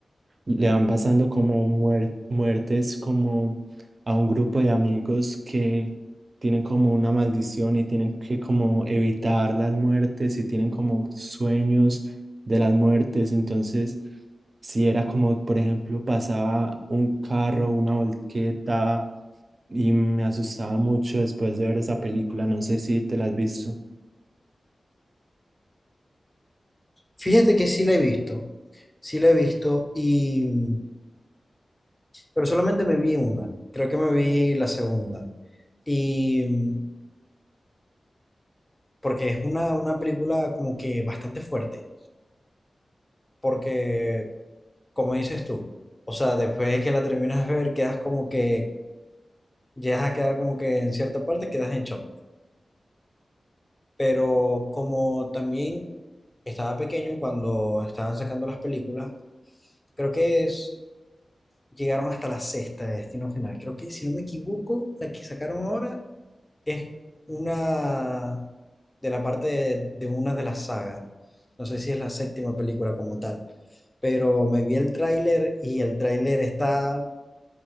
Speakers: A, on the right; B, on the left.
A: le van pasando como muer- muertes como a un grupo de amigos que tienen como una maldición y tienen que como evitar las muertes y tienen como sueños de las muertes. Entonces, si era como, por ejemplo, pasaba un carro, una volqueta y me asustaba mucho después de ver esa película. No sé si te la has visto.
B: Fíjate que sí la he visto, sí la he visto, y, mm, pero solamente me vi una, creo que me vi la segunda. Y mm, porque es una, una película como que bastante fuerte, porque como dices tú, o sea, después de que la terminas de ver, quedas como que, llegas a quedar como que en cierta parte quedas en shock. Pero como también estaba pequeño cuando estaban sacando las películas, Creo que es- llegaron hasta la sexta de Destino Final. Creo que, si no me equivoco, la que sacaron ahora es una de la parte de, de una de las sagas. No sé si es la séptima película como tal, pero me vi el tráiler y el tráiler está,